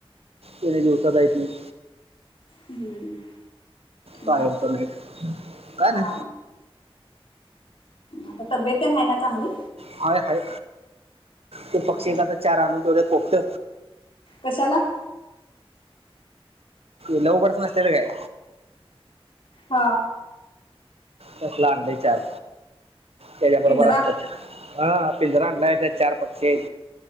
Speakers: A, on the right; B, on the left.
A: त दिवसा जात नाहीत
B: हम्म
A: कायंत
B: मग
A: नाहीट काय
B: हा
A: ना
B: आता तब्येत नाही आहे ना चांगली
A: हाय हय ते
B: हा
A: पक्षी एता चार आनूढे कोकते
B: कशाला
A: लव बङॅ नसल्यात काय
B: हा
A: तसल आणलय चार त्याच्या बरोबर
B: पिंजरा
A: असतात हा पिंजरा आणला
B: होय.
A: आहे चार पक्षी आहेत